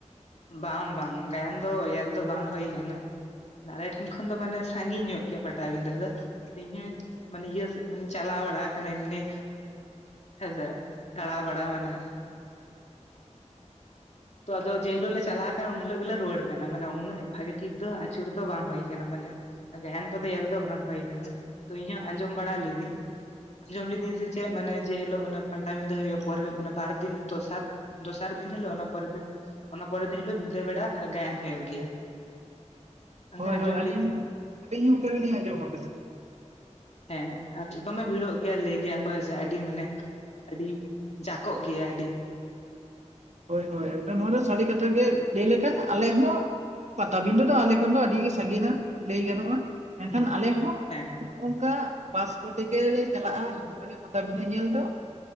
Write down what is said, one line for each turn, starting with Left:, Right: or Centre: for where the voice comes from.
Left: ᱵᱟᱝ ᱵᱟᱝ ᱜᱟᱭᱟᱱ ᱫᱚ ᱧᱮᱞ ᱫᱚ ᱵᱟᱝ ᱦᱩᱭ ᱟᱠᱟᱱᱟ ᱟᱞᱮ ᱴᱷᱮᱱ ᱠᱷᱚᱱ ᱫᱚ ᱢᱟᱱᱮ ᱥᱟᱺᱜᱤᱧ ᱧᱚᱜ ᱜᱮᱭᱟ ᱯᱟᱴᱟᱵᱤᱫᱟᱹ ᱫᱚ ᱤᱧ ᱦᱚᱸᱧ ᱢᱟᱱᱮ ᱤᱭᱟᱹ ᱪᱟᱞᱟᱣ ᱵᱟᱲᱟ ᱢᱟᱱᱮ ᱮᱢᱱᱤ ᱦᱮᱸᱥᱮ ᱫᱟᱲᱟ ᱵᱟᱲᱟ ᱢᱟᱱᱮ
Right: <inaudible>
Left: ᱛᱚ ᱟᱫᱚ ᱡᱮ ᱦᱤᱞᱳᱜ ᱞᱮ ᱪᱟᱞᱟᱣ ᱠᱟᱱᱟ ᱩᱱ ᱦᱤᱞᱳᱜ ᱜᱮᱞᱮ ᱨᱩᱣᱟᱹᱲ ᱠᱟᱱᱟ ᱢᱟᱱᱮ ᱩᱱᱟᱹᱜ ᱵᱷᱟᱜᱮ ᱴᱷᱤᱠ ᱫᱚ ᱟᱹᱪᱩᱨ ᱫᱚ ᱵᱟᱝ ᱦᱩᱭ ᱠᱟᱱᱟ ᱢᱟᱱᱮ ᱜᱟᱭᱟᱱ ᱠᱚᱫᱚ ᱧᱮᱞ ᱫᱚ ᱵᱟᱝ ᱦᱩᱭ ᱟᱠᱟᱱᱟ ᱛᱚ ᱤᱧ ᱦᱚᱸ ᱟᱸᱡᱚᱢ ᱵᱟᱲᱟ ᱞᱤᱫᱟᱹᱧ ᱡᱚᱢ ᱞᱮᱫᱤᱧ ᱥᱮ ᱥᱮ ᱪᱮᱫ ᱢᱟᱱᱮ ᱡᱮ ᱦᱤᱞᱳᱜ ᱢᱮ ᱯᱟᱞᱴᱟᱵᱤᱫᱟᱹ ᱦᱳᱭᱳᱜᱼᱟ ᱯᱚᱨᱮ ᱢᱟᱱᱮ ᱵᱟᱨ ᱫᱤᱱ ᱫᱚᱥᱟᱨ ᱫᱚᱥᱟᱨ ᱫᱤᱱ ᱦᱤᱞᱳᱜ ᱚᱱᱟ ᱯᱚᱨᱮᱨ ᱫᱤᱱ ᱚᱱᱟ ᱯᱚᱨᱮᱨ ᱫᱤᱱ ᱦᱤᱞᱳᱜ ᱧᱤᱫᱟᱹ ᱵᱮᱲᱟ ᱜᱟᱭᱟᱱ ᱦᱳᱭᱳᱜ ᱜᱮᱭᱟ ᱵᱟᱝᱠᱷᱟᱱ
Right: ᱦᱳᱭ
Left: ᱟᱸᱡᱚᱢ
Right: ᱦᱳᱭ ᱟᱹᱞᱤᱧ
Left: ᱞᱤᱫᱟᱹᱧ
Right: ᱦᱚᱸ ᱟᱹᱞᱤᱧ ᱚᱱᱠᱟ ᱜᱮᱞᱤᱧ ᱟᱸᱡᱚᱢᱟ ᱟᱠᱟᱫᱟ
Left: ᱦᱮᱸ ᱟᱨ ᱫᱚᱢᱮ ᱵᱷᱤᱲᱚᱜ ᱜᱮᱭᱟ ᱞᱟᱹᱭ ᱜᱮᱭᱟ ᱠᱚ ᱦᱮᱸᱥᱮ, ᱟᱹᱰᱤ ᱢᱟᱱᱮ ᱟᱹᱰᱤ ᱡᱟᱠᱚᱜ ᱜᱮᱭᱟ ᱟᱹᱰᱤ ᱾
Right: ᱦᱚᱭ ᱦᱚᱭ, ᱮᱠᱫᱚᱢ ᱱᱚᱣᱟ ᱫᱚ ᱥᱟᱹᱨᱤ ᱠᱟᱛᱷᱟ ᱜᱮ ᱞᱟᱹᱭ ᱞᱮᱠᱷᱟᱱ ᱟᱞᱮ ᱦᱚᱸ ᱯᱟᱛᱟ ᱵᱤᱸᱫᱷᱟᱹ ᱫᱚ ᱟᱞᱮ ᱠᱷᱚᱱ ᱫᱚ ᱟᱹᱰᱤᱜᱮ ᱥᱟᱺᱜᱤᱧᱟ ᱞᱟᱹᱭ ᱜᱟᱱᱚᱜᱼᱟ ᱢᱮᱱᱠᱷᱟᱱ
Left: ᱦᱮᱸ
Right: ᱟᱞᱮ ᱦᱚᱸ
Left: ᱦᱮᱸ
Right: ᱚᱱᱠᱟ ᱯᱟᱥ ᱠᱚᱛᱮ ᱜᱮᱞᱮ ᱪᱟᱞᱟᱜᱼᱟ ᱦᱤᱡᱩᱜ ᱟᱞᱮ ᱯᱟᱛᱟ ᱵᱤᱸᱫᱷᱟᱹ ᱧᱮᱞ ᱫᱚ ᱾